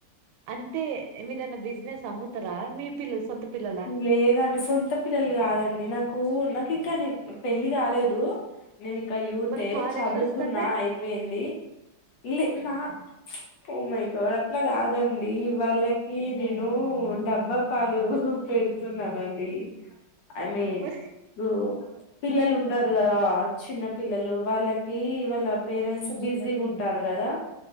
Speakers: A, on the right; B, on the left.
A: అంటే మీదేవన్న బిజినెస్ అమ్ముతరా మీ పిల్లలు సొంత పిల్లలా
B: లేదండి సొంత పిల్లలు కాదండి నాకు నా కింకానే పెళ్ళి కాలేదు నేను ఇంకా యూతే
A: మరి పాలు
B: చదువుకున్నా
A: ఎట్లా వస్తున్నాయి
B: అయిపోయింది లే నా ప్చ్ ఓ మై గాడ్ అట్లా కాదండి వాళ్ళకి నేను డబ్బా పాలు, పెడుతున్నానండి ఐ మీన్
A: మరి
B: రో పిల్లలు ఉంటారు కదా చిన్న పిల్లలు వాళ్ళకి వాళ్ళ పేరెంట్స్ బిజీగా ఉంటారు కదా,